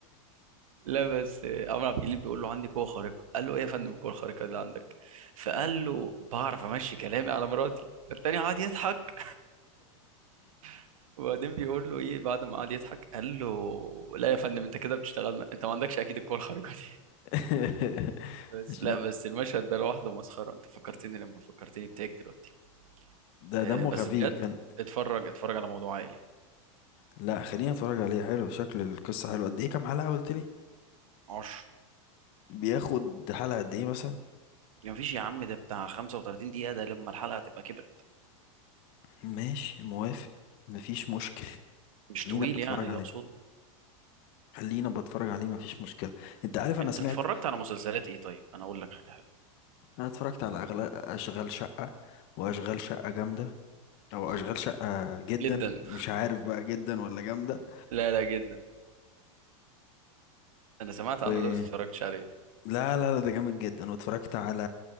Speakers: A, on the right; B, on the left.
A: لا بس آه، عمرو عبد الجليل بيقول له عندي قوه خارقه قال له ايه يا فندم القوه الخارقه اللي عندك فقال له بعرف امشي كلامي على مراتي فالتاني قعد يضحك <laughs> وبعدين بيقول له ايه بعد ما قعد يضحك قال له لا يا فندم انت كده بتشتغلنا انت ما عندكش اكيد القوه الخارقه دي
B: <laughs>
A: <laughs> بس
B: عشان
A: لا بس المشهد ده لوحده مسخره انت فكرتني لما فكرتني بتاعك دلوقتي
B: ده
A: آه،
B: دمه
A: بس
B: خفيف
A: بجد
B: كان
A: اتفرج اتفرج على موضوع عائلي
B: لا خليني اتفرج عليه حلو شكل القصة حلو قد ايه كام حلقة قلت لي
A: عشر
B: بياخد حلقة قد ايه مثلا
A: ما فيش يا عم ده بتاع 35 دقيقه ده لما الحلقه تبقى كبرت
B: ماشي موافق مفيش مشكل
A: مش
B: خلينا
A: طويل
B: بتفرج
A: يعني اللي
B: عليه
A: اقصده
B: خلينا بتفرج عليه مفيش مشكلة انت عارف انا
A: انت
B: سمعت
A: اتفرجت على مسلسلات ايه طيب انا اقول لك حاجه
B: انا اتفرجت على أغلى اشغال شقة واشغال شقة جامدة او
A: مم.
B: اشغال شقة جدا
A: جدا
B: مش عارف بقى جدا ولا جامدة
A: لا لا جدا انا سمعت عنه
B: و
A: ده بس اتفرجتش عليه
B: لا لا لا ده جامد جدا واتفرجت على